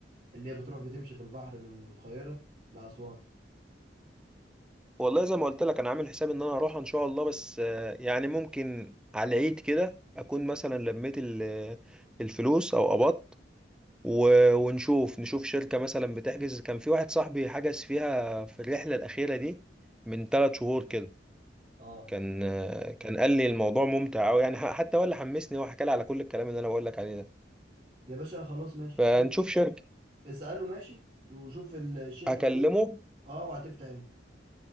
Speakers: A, on the right; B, in the centre.
A: اللي هي بتروح بتمشي في البحر من القاهرة لأسوان
B: والله زي ما قلت لك انا عامل حساب ان انا هروح ان شاء الله بس آه، يعني ممكن على العيد كده اكون مثلا لميت ال- الفلوس او قبضت و- ونشوف نشوف شركة مثلا بتحجز كان في واحد صاحبي حجز فيها في الرحلة الأخيرة دي من ثلاث شهور كده
A: اه
B: كان كان قال لي الموضوع ممتع قوي يعني ح- حتى هو اللي حمسني هو حكى لي على كل الكلام اللي انا بقول لك عليه ده
A: يا باشا خلاص ماشي
B: فنشوف
A: شوف
B: شركة
A: اسأله ماشي وشوف الشركة
B: اكلمه
A: فين اه وهتفتح امتى